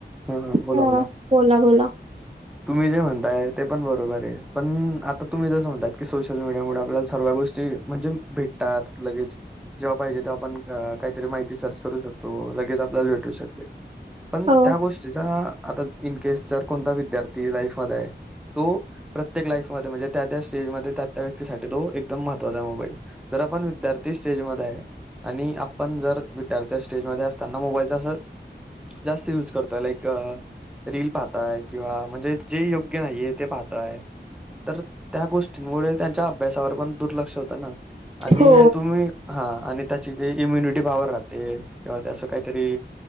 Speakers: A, in the centre; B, on the right.
A: हा बोला
B: हा
A: बोला.
B: बोला बोला
A: तुम्ही जे म्हणताय ते पण बरोबर आहे पण आता तुम्ही जसं म्हणतात की सोशल मीडिया मुले आपल्याला सगळे गोष्टी म्हणजे भेटतात लगेच जेव्हा पाहिजे तेव्हा आपण काहीतरी माहिती सर्च करू शकतो लगेच आपल्याला भेटू शकते पण
B: हो
A: त्या गोष्टीचा आता इनकेस जर कोणता विद्यार्थी लाईफ मध आहे तो प्रत्येक लाईफमध्ये म्हणजे त्या त्या स्टेजमध्ये त्या त्या व्यक्तीसाठी तो एकदम महत्त्वाचा मोबाईल जर आपण विद्यार्थी स्टेज मध्ये आहे आणि आपण जर विद्यार्थी स्टेजमध्ये असताना मोबाईलचा जर जास्त यूज करतोय लाईक रील पाहताय किंवा म्हणजे जे योग्य नाहीये ते पाहताय तर त्या गोष्टींमुळे त्यांच्या अभ्यासावर पण दुर्लक्ष होतं ना आणि
B: हो
A: तुम्ही,, हा आणि त्याची जे इम्युनिटी पावर राहते किंवा त्या असं काहीतरी